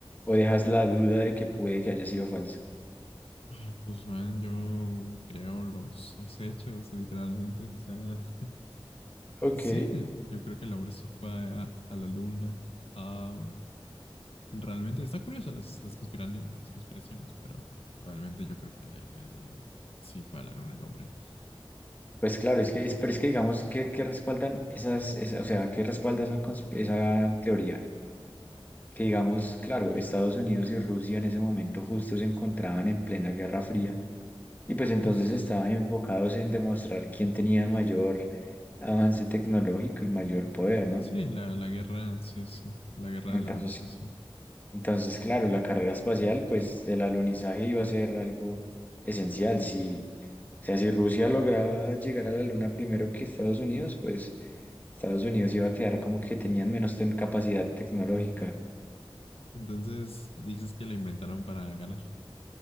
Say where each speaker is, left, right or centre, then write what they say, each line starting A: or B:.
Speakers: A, on the left; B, on the left.
A: o dejas la duda de que puede que haya sido falso?
B: Ah, Pues man, yo creo los, los hechos, literalmente. O sea, <laughs>
A: Ok.
B: Sí, yo creo que el hombre sí fue a, a la luna. Am, realmente está curioso las, las, conspirani- las conspiraciones, pero realmente yo creo que el, el- sí fue a la luna el hombre.
A: Pues claro, es que, es, pero es que digamos que, que respaldan esas, esa- o sea, que respalda esa, cons- esa teoría. Que digamos, claro, Estados Unidos y Rusia en ese momento justo se encontraban en plena Guerra Fría y pues entonces
B: <laughs>
A: estaban enfocados en demostrar quién tenía mayor avance tecnológico y mayor poder, ¿no?
B: Sí, la, la guerra, sí, sí, la guerra
A: Entonces,
B: del avance, sí.
A: entonces, claro, la carrera espacial, pues el alunizaje iba a ser algo esencial. Si, o sea, si Rusia lograba llegar a la Luna primero que Estados Unidos, pues Estados Unidos iba a quedar como que tenían menos ten- capacidad tecnológica.
B: Entonces, dices que la inventaron para ganar.